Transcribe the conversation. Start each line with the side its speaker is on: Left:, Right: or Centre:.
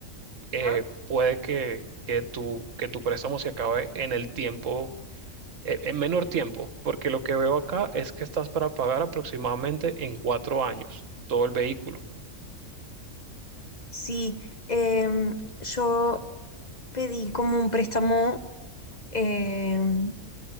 Right: eh,
Left: ajá.
Right: puede que, que tu, que tu préstamo se acabe en el tiempo, eh, en menor tiempo, porque lo que veo acá es que estás para pagar aproximadamente en cuatro años todo el vehículo.
Left: Sí, em, yo pedí como un préstamo em,